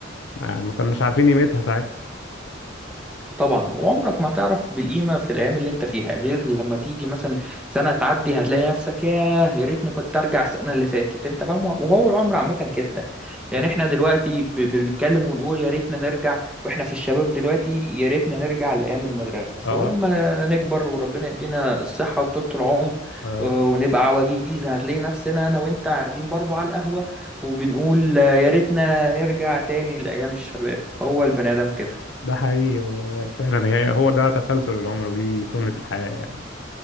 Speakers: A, on the left; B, in the centre.
A: ما ما كناش عارفين قيمتها ساعتها
B: طبعا وعمرك ما تعرف بالقيمة في الأيام اللي أنت فيها غير لما تيجي مثلا سنة تعدي هتلاقي نفسك ياه يا ريتني كنت أرجع السنة اللي فاتت أنت فاهم وهو العمر عامة كده يعني
A: <laughs>
B: إحنا دلوقتي ب- بنتكلم ونقول يا ريتنا نرجع وإحنا في الشباب دلوقتي يا ريتنا نرجع لأيام المدرسة
A: اه
B: ولما نكبر وربنا يدينا الصحة وطولة العمر
A: آه،
B: آه، ونبقى عواجيز هتلاقي نفسنا أنا وأنت قاعدين برضو على القهوة وبنقول آه، يا ريتنا نرجع تاني لأيام الشباب هو البني آدم كده
A: ده حقيقي والله يعني فعلا فعلا هي هو ده تسلسل العمر ودي سنه الحياه يعني